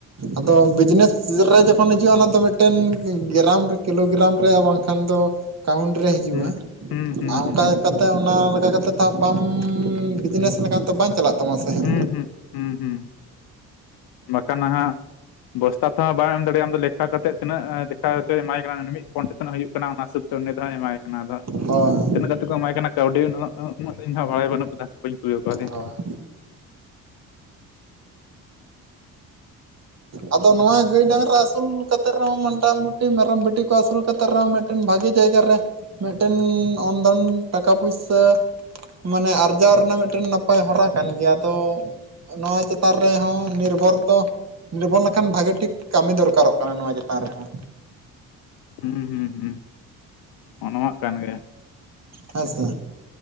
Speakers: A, on the right; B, on the left.
A: ᱟᱫᱚ ᱵᱤᱡᱽᱱᱮᱥ ᱨᱮ ᱡᱚᱠᱷᱚᱱ ᱦᱤᱡᱩᱜᱼᱟ ᱚᱱᱟ ᱫᱚ ᱢᱤᱫᱴᱮᱱ ᱜᱨᱟᱢ ᱨᱮ ᱠᱤᱞᱳᱜᱨᱟᱢ ᱨᱮ ᱵᱟᱝᱠᱷᱟᱱ ᱫᱚ ᱠᱟᱣᱩᱱᱴ ᱨᱮ ᱦᱤᱡᱩᱜᱼᱟ
B: ᱦᱩᱸ ᱦᱩᱸ ᱦᱩᱸ
A: ᱟᱨ
B: ᱦᱩᱸ
A: ᱚᱱᱠᱟ ᱞᱮᱠᱟᱛᱮ ᱚᱱᱟ ᱞᱮᱠᱟᱛ ᱛᱚ ᱵᱟᱢ ᱵᱤᱡᱽᱱᱮᱥ ᱞᱮᱠᱟᱱ ᱛᱚ ᱵᱟᱝ ᱪᱟᱞᱟᱜ ᱛᱟᱢᱟ ᱥᱮ᱾ ᱦᱟᱸᱜ
B: ᱦᱩᱸ- ᱦᱩᱸ - ᱦᱩᱸ - ᱦᱩᱸ ᱵᱟᱠᱷᱟᱱ ᱱᱟᱦᱟᱜ ᱵᱚᱥᱛᱟ ᱛᱮᱦᱚᱸ ᱵᱟᱢ ᱮᱢ ᱫᱟᱲᱮᱭᱟᱜᱼᱟ ᱟᱢ ᱞᱮᱠᱷᱟ ᱠᱟᱛᱮ ᱛᱤᱱᱟᱹᱜ ᱫᱮᱠᱷᱟᱪᱚᱭ ᱮᱢᱟᱭ ᱠᱟᱱᱟ ᱢᱤᱫ ᱯᱚᱱ ᱥᱮᱛᱤᱱᱟᱜ ᱦᱩᱭᱩᱜ ᱠᱟᱱᱟ ᱚᱱᱟ ᱦᱤᱥᱟᱵ ᱛᱚ ᱩᱱᱤᱫᱚᱭ ᱮᱢᱟᱭ ᱠᱟᱱᱟ ᱫᱚ ᱦᱟᱸᱜ᱾
A: ᱦᱳᱭ,
B: ᱛᱤᱱᱟᱹᱜ ᱠᱟᱛᱮᱜ ᱠᱚ ᱮᱢᱟᱭ ᱠᱟᱱᱟ ᱠᱟᱹᱣᱰᱤ ᱩᱱᱟᱹᱜ ᱫᱚ ᱤᱧ ᱦᱚᱸ ᱵᱷᱟᱲᱟᱭ ᱵᱟᱹᱱᱩᱜ ᱠᱟᱫᱟ ᱵᱟᱹᱧ ᱠᱩᱞᱤ ᱠᱟᱣᱫᱮᱭᱟ᱾
A: ᱦᱳᱭ ᱟᱫᱚ ᱱᱚᱣᱟ ᱜᱟᱹᱭ ᱰᱟᱝᱨᱟ ᱟᱹᱥᱩᱞ ᱱᱚᱣᱟ ᱜᱟᱹᱭ ᱵᱟᱝᱨᱜᱟ ᱟᱥᱩᱞ ᱠᱟᱛᱮᱫ ᱨᱮᱦᱚᱸ ᱢᱟᱱᱴᱟᱢᱚᱴᱤ ᱢᱮᱨᱚᱢ ᱵᱷᱤᱴᱤ ᱠᱚ ᱟᱹᱥᱩᱞ ᱠᱟᱛᱮᱫ ᱨᱮᱦᱚᱸ ᱢᱤᱫᱴᱮᱱ, ᱢᱤᱫᱴᱮᱱ ᱵᱷᱟᱜᱮ ᱡᱟᱭᱜᱟ ᱨᱮ ᱢᱤᱫᱴᱮᱱ ᱚᱱᱫᱷᱚᱱ ᱴᱟᱠᱟ ᱯᱩᱭᱥᱟᱹ᱾ ᱢᱟᱱᱮ ᱟᱨᱡᱟᱣ ᱨᱮᱱᱟᱜ ᱢᱤᱫᱴᱮᱱ ᱱᱟᱯᱟᱭ ᱦᱚᱨᱟ ᱠᱟᱱ ᱜᱮᱭᱟ ᱟᱫᱚ, ᱱᱚᱣᱟ ᱪᱮᱛᱟᱱ ᱨᱮᱦᱚᱸ ᱱᱤᱨᱵᱷᱚᱨ ᱫᱚ, ᱞᱚᱵᱚᱱ ᱞᱮᱠᱷᱟᱱ ᱵᱷᱟᱜᱤ ᱴᱷᱤᱠ ᱠᱟᱹᱢᱤ ᱫᱚᱨᱠᱟᱨᱚᱜ ᱠᱟᱱᱟ ᱱᱚᱣᱟ ᱪᱮᱛᱟᱱ ᱨᱮᱦᱚᱸ᱾
B: ᱦᱩᱸ ᱦᱩᱸ ᱦᱩᱸ ᱚᱱᱟᱢᱟᱜ ᱠᱟᱱ ᱜᱮ᱾
A: ᱦᱮᱸ ᱥᱮ,